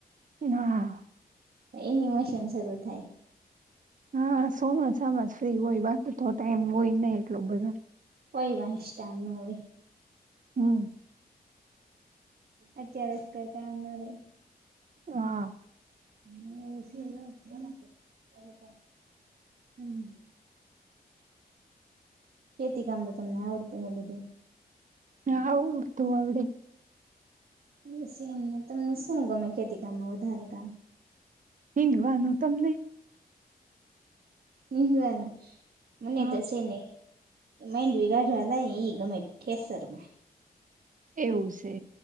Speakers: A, on the right; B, on the right.
A: હા.
B: એની મશીન શરૂ થાય.
A: હા, સોમસ સામાસ ફ્રી હોય, બાકી તો ટાઈમ હોય નહી એટલો બધો
B: કોય વાસ ટાઈમ ના હોય.
A: હમ્મ.
B: અત્યારે જ કઈ ટાઈમ ના રેહ
A: હા.
B: <unintelligible> હમ્મ. ખેતી કામ તો તમને આવડતું હે બધું.
A: હા આવું તોું આવડે.
B: <unintelligible> સીમ તમને શું ગમે ખેતી કામમાં વધારે કામ?
A: હીંગવાનું, તમને?
B: નિંદવાનું, મને
A: હા
B: તો છે ને. માઈન્ડ બગાઢવા થાય ને ઈ ગમે ઠેસર માં
A: એવું છે.